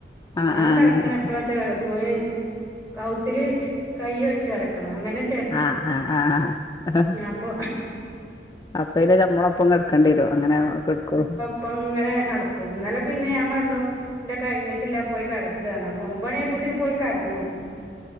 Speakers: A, on the left (about 20°); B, on the right (about 15°).
A: ആഹ്
B: ഞാൻ
A: ആഹ്
B: കെടക്ക്ണെ
A: അങ്ങനെ
B: എപ്പളാച്ച കെടക്കും ഓൻ കൗത്തില്. കയ്യ് വെച്ച് കെടക്കണം ന്നെ
A: ആഹ് ആഹ് ആഹ്
B: അപ്പൊ
A: അപ്പയ്ല് ഞമ്മളൊപ്പം കെടക്കണ്ടിയെരു അങ്ങനെ കെടക്കൊ
B: പ്പൊങ്ങനെ നടക്കും ന്നലെ പിന്നെ ഞാൻ പറഞ്ഞു ന്റെ കയ്ഞ്ഞിട്ടില്ല പോയി കെടക്ക് പറഞ്ഞു അപ്പൊ ഒമ്പണി ആയപ്പോത്തിന് പോയി കെടന്ന്.